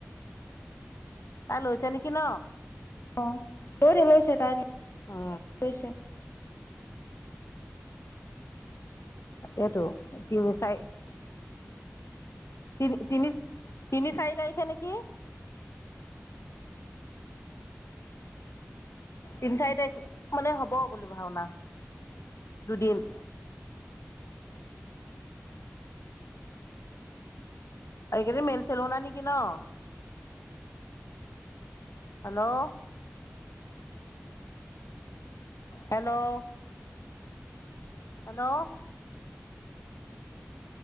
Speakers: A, on the left; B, on the left.
A: তাই লৈছে নেকি ন
B: অ লৈছে লৈছে তাই
A: অ
B: লৈছে
A: এইটো <unintelligible> চাই তিন তিনি তিনি চাৰি তাৰিখে নেকি তিন চাৰি তাৰিখ মানে হ'ব বুলো ভাওনা দুদিন আৰু এইকেইদিন মেল চেলো নাই নেকি ন হেল্ল', হেল্ল' হেল্ল'